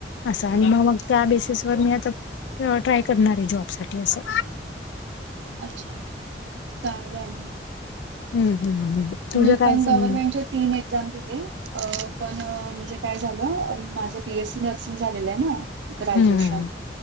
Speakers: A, on the left; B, on the right.
A: असं आणि
B: ओके
A: मग मग त्या बेसिस, वर मी आता ट्राय करणार आहे, जॉब साठी असं
B: अच्छा चांगलं आहे ना
A: हम्म हम्मम् हम्म तुझं
B: मी
A: काय
B: पण गव्हर्नमेंटच्या
A: हम्म
B: तीन एक्झाम दिले, अ पण म्हणजे काय झालं, माझं बी. एस. सी न नर्सिंग झालेलं आहे ना, ग्रॅज्युएशन
A: हम्म